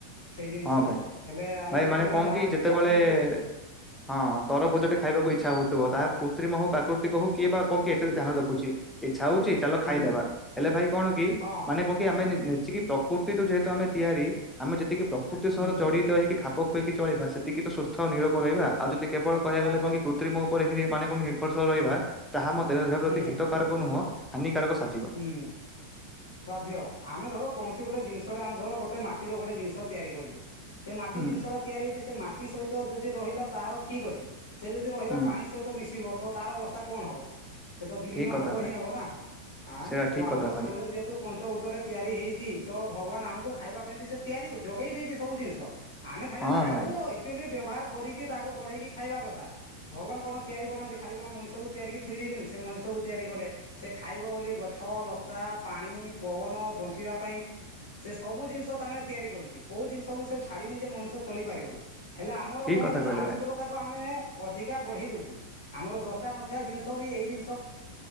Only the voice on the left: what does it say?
ସେଇ ଜିନିଷକୁ
ହେଲେ, ଆମେ
ଯେତେବେଳେ
ଜା-ଜାଣୁଚୁ
ହୁଁ
ହଁ
ହୁଁ
ବାଧ୍ୟ
ହୁଁ
ହୁଁ ବାଧ୍ୟ। ଆମେ ଧର କୌଣସି ଗୋଟେ ଜିନିଷଡେ, ଆମେ ଧର ଗୋଟେ ମାଟିର ଗୋଟେ ଜିନିଷ ତିଆରି କରିଚୁ। ସେ ମାଟି
ଜିନିଷଡା ତିଆରି ହେଇଛି। ସେ ମାଟି ସହିତ ଯଦି ରହିଲା, ତାହାର ଠିକ୍ ଅଛି। ସେ ଯଦି ରହିବ,
ପାଣି ସହିତ ମିଶିବ। ତ ତାର ଅବସ୍ଥା କଣ ହବ? ସେ ତ ବିଲୀନ
ହେବ
ହିଁ ହେବ ନା। ଆଁ,
ତ
ଆମର
ଶରୀର ଯେ ତ ଉତରେ ତିଆରି ହେଇଛି। ତ ଭଗବାନ ଆମକୁ ଖାଇବା ପାଇଁ ବି ସେ ତିଆରି ଯୋଗେଇ ଦେଇଛି ସବୁ ଜିନିଷ। ଆମେ ଖାଲି
ତାହାକୁ
ଆକ୍ଚୁଆଲି ବ୍ୟବହାର କରିକି ତାହାକୁ ବଢେଇକି ଖାଇବା କଥା। ଭଗବାନ କଣ ତିଆରି କରୁନାହାଁନ୍ତି। ଖାଲି କଣ ମଣିଷକୁ ତିଆରିି ଥୁଇ ଦେଇଛନ୍ତି। ସେ ମଣିଷ ତିଆରି କଲେ। ସେ ଖାଇବ ବୋଲି ଗଛ, ଲତା, ପାଣି, ପବନ ବଞ୍ଚିବା ପାଇଁ ସେ ସବୁ ଜିନିଷ ତମେ ତିଆରି କରିଛି କୋଉ ଜିନିଷକୁ ସେ ଛାଡିିନି ଯେ ମଣିଷ ଚଳି ପାରିବନି। ହେଲେ ଆମର
କଣ
ହେଉଛି
ଆବଶ୍ୟକତାକୁ
ଆମେ ଅଧିକା ବଢେଇ ଦଉଛୁ ଆମର ଦରକାର ନଥିବା ଜିନିଷ ବି ଏଇ ଜିନିଷ